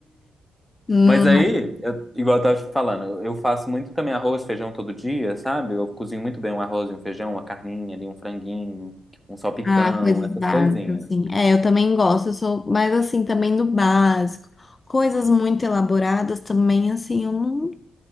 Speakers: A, on the left (about 35°); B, in the centre.
A: Hum,
B: Mas aí, eu- igual eu tava te falando, eu, eu faço muito também arroz, feijão todo dia, sabe? Eu cozinho muito bem um arroz e um feijão, uma carninha ali, um franguinho, um salpicão,
A: ah, coisas
B: essas
A: básicas,
B: coisinhas.
A: assim. É, eu também gosto, eu sou mais assim, também do básico. Coisas muito elaboradas também, assim, eu não.